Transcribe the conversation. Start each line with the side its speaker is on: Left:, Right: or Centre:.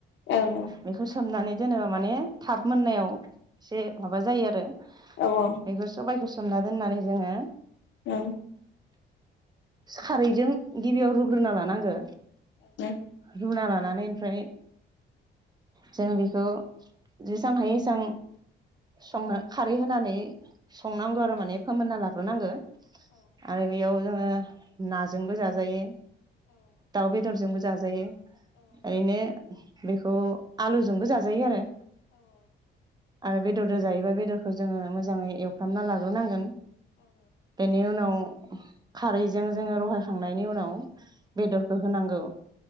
Left: सोंनो
Right: बेखौ सोमनानै जेनेबा माने थाब मोननायाव एसे माबा जायो आरो
Left: हागोन
Right: सबायखौ सोमना दोननानै जोङो
Left: औ।
Right: खारैजों गिबियाव रुग्रोना लानांगो।
Left: औ
Right: रुना लानानै ओमफ्राय जोङो बेखौ जेसां हायो एसां संनो खारै होनानै संनांगौ आरो माने फोमोनना लाग्रोनांगो। आरो बेयाव जोङो नाजोंबो जाजायो। दाव बेदर जोंबो जाजायो। ओरैनो बेखौ आलुजोंबो जाजायो आरो। आरो बेदरजों जायोबा बेदरखौ जोङो मोजाङै एव फ्रामना लाग्रोनांगोन। बेनि उनाव खारैजों जोङो रहायखांनायनि उनाव बेदरखौ होनांगौ।